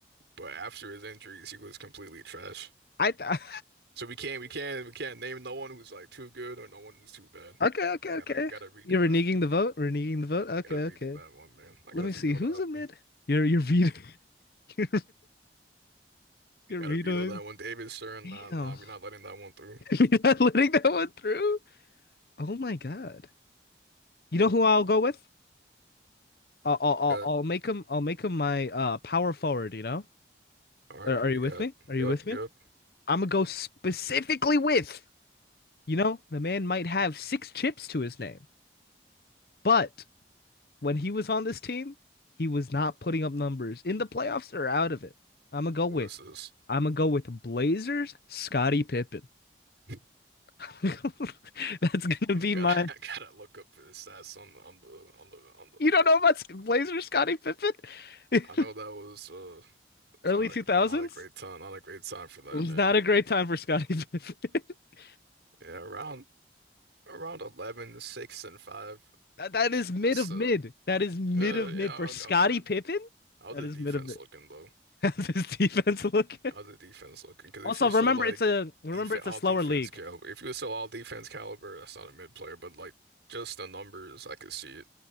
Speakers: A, on the right (about 85°); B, on the left (about 55°).
A: but after his injuries, he was completely trash.
B: I th <laughs>
A: So we can't, we can't, we can't name no one who's like too good or no one who's too bad.
B: okay, okay,
A: You
B: okay.
A: gotta, you gotta redo
B: You're
A: that.
B: reneging the vote, reneging the vote. Okay,
A: Gotta redo
B: okay.
A: that one, man. I
B: Let
A: gotta
B: me
A: veto
B: see who's
A: that
B: a mid.
A: one.
B: You're you're vetoing <laughs> you're, you're
A: Gotta
B: vetoing.
A: veto that one. David Stern,
B: Damn,
A: nah, nah, we're not letting that one through.
B: <laughs> you're not letting that one through. Oh my God. You know who I'll go with? I'll I'll I'll
A: Yeah.
B: I'll make him I'll make him my uh power forward. You know?
A: All right,
B: Are,
A: who
B: are
A: we
B: you
A: got?
B: with me? Are you
A: Yep,
B: with me?
A: yep.
B: I'm gonna go specifically with You know, the man might have six chips to his name, but when he was on this team, he was not putting up numbers in the playoffs or out of it. I'm gonna go
A: What
B: with,
A: is this?
B: I'm gonna go with Blazers, Scottie Pippen.
A: <laughs>
B: <laughs> That's gonna be
A: Gotta,
B: my.
A: I gotta look up his stats on the on the on the on the
B: You
A: Blazers.
B: don't know about Blazers, Scottie Pippen? <laughs>
A: I know that was uh, it's
B: Early
A: not
B: 2000s?
A: a no, not a great time, not a great time for that
B: It was
A: man.
B: not a great time for Scottie Pippen. <laughs>
A: Yeah, around around 11, 6, and 5.
B: That, that is mid
A: That's
B: of mid.
A: uh,
B: That is mid
A: uh,
B: of mid
A: yeah, I'll,
B: for Scottie
A: I'll get.
B: Pippen.
A: How's
B: That
A: the
B: is
A: defense
B: mid of mid.
A: looking though?
B: <laughs> How's his defense looking?
A: How's the defense looking? Because
B: Also,
A: if you are so
B: remember
A: like
B: it's a remember
A: def
B: it's
A: all
B: a slower
A: defense
B: league.
A: caliber, if you were so all defense caliber, that's not a mid player, but like just the numbers, I could see it.